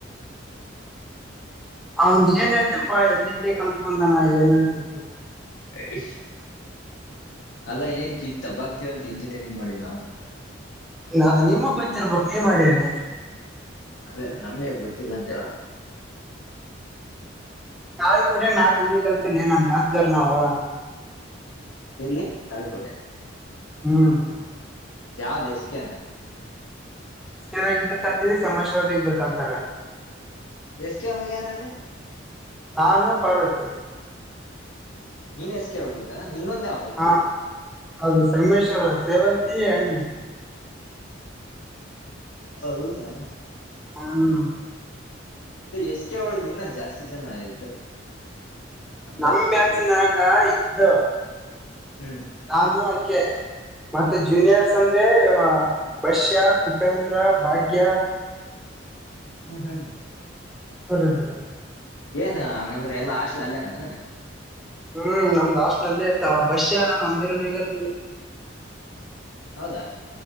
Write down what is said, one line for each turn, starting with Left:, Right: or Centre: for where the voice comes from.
Centre: ಅವಂದ ಏನ್ ಹೇಳ್ತಪ್ಪಾ ಎಲ್ಲಿ ಎಲ್ಲಿ ಕತ್ ಬಂದಾನ ಏನ್ ಅಸತಿ.
Left: <inaudible> ಅಲ್ಲಾ ಏನ್ ಕಿ ದಬ್ಬ ಆ್ತವಂತ ಇಂಜಿನಿಯರಿಂಗ್ ಮಾಡಿನಾ.
Centre: ಅದು ನಿಮ್ಮಗ್ ಬತ್ತಿರ್ಬೇಕು ನೀವ್ ಮಾಡಿದಿ.
Left: ಅದೇ ನಮ್ಗೆ ಗೊತ್ತಿಲ್ಲ ಅಂತ ಹೇಳ.
Centre: ಕಾಳಿ ಕೊಟ್ಯಾಗ ನಾಕು ಮಂದಿಗೆ ಕಲ್ತಲ್ಲ ನಮ್ ಬ್ಯಾಚ್ ದಾವರ್ ನಾವು.
Left: ಎಲ್ಲಿ ತಾಳಿಕೋಟಿ.
Centre: ಹ್ಮ್
Left: ಯಾವ ದಸಕ್ಯನೆ.
Centre: ರಸದಾಗಿ ಬರ್ಕಂತರಿ ಸಮಾಚಾರದಾಗಿ ಬರ್ಕೊಂತಾರೆ.
Left: ಎಸ್ಕೂ ವರಲ್ಲ.
Centre: ನಾನು ಪಾರ್ವತ್ಯ.
Left: ನೀನ್ ಎಸ್ ಕೆ ಹೋಗಿದ್ದ. ಇನ್ನೊಂದ್ ಯಾವ್ದು
Centre: ಹಾ ಅದು ಸಂಮೇಶ್ವರ ಸೇವಂತಿ ಹೆಣಮೆ.
Left: ಹೌದಾ
Centre: <unintelligible>
Left: ಎಸ್ ಕೆ ಒಳಗ ಇನ ಜಾಸ್ತಿ ಜನ ಇದ್ರಲಿ. ನಮ್ಗೆ
Centre: ನಮ್ಮ
Left: ಅಷ್ಟ್
Centre: ಬ್ಯಾಚಿನಾಗ
Left: ಗೊತ್ತಿಲ್ಲ
Centre: ಇಬ್ರು.
Left: ಹ್ಮ್
Centre: ನಾನು ಆಕೆ ಮತ್ತೆ. ಮ ಜೂನಿಯರ್ಸ್ ಅಂದ್ರೆ ಬಷ್ಯ ಕುಪೇಂದ್ರ ಭಾಗ್ಯ.
Left: ಹ್ಮ್ ಹ್ಮ್
Centre: <unintelligible>
Left: ಏನು ಹಂಗಂದ್ರ ಎಲ್ಲಾ ಆಶಲ ಅಲ್ಲೇ ನನ್
Centre: ಹ್ಮ್ ನಮ್ದ್ ಹಾಸ್ಟ್ಲ್ ಅಲ್ಲಿ ಆಯತ ಬಸ್ ನಾನು ಒಂದಿರ ಹಗರ್ತಿ.
Left: ಹೌದಾ